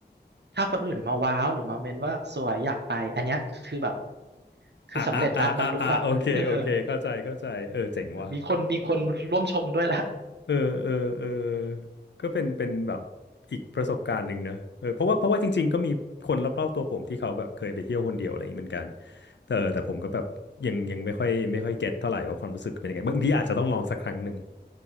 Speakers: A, on the right (about 70°); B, on the left (about 80°).
A: ถ้าคนอื่นมาว้าวหรือมาเมนว่าสวยอยากไปอันเนี้ยคือแบบคือสำเร็จละบรรลุละ
B: อ่ะอ่ะอ่ะอ่ะอ่ะโอเคโอเคเข้าใจเข้าใจเออเจ๋งว่ะ
A: <laughs> มีคนมีคนร่วมชมด้วยละ
B: เออเออเออก็เป็นเป็นแบบอีกประสบการณ์หนึ่งเนอะเออเพราะว่าเพราะว่าจริงๆก็มีคนรอบๆตัวผมที่เขาแบบเคยไปเที่ยวคนเดียวอะไรอย่างนี้เหมือนกันแต่แต่ผมก็แบบยังยังไม่ค่อยไม่ค่อยเก็ตเท่าไหร่ว่าความรู้สึกเป็นยังไงบางทีอาจจะต้องลองสักครั้งหนึ่ง